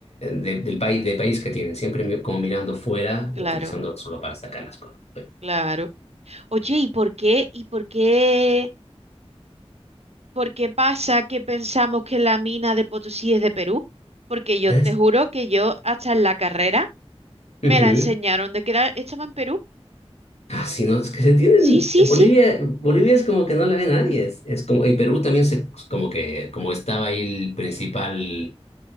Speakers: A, on the left; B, on the right.
A: de- del país, de país que tienen, siempre mi- como mirando fuera,
B: claro,
A: utilizándolo solo para sacar las cosas. bueno
B: claro. Oye, ¿y por qué? ¿Y por qué? ¿Por qué pasa que pensamos que la mina de Potosí es de Perú? Porque yo
A: ¿ves?
B: te juro que yo hasta en la carrera
A: Ujú.
B: me la enseñaron de que era- estaba en Perú.
A: Ah, sí, no, es que se tienen,
B: Sí, sí,
A: Bolivia,
B: sí.
A: Bolivia es como que no la ve nadie, es, es como, y Perú también se, como que, como estaba ahí el principal,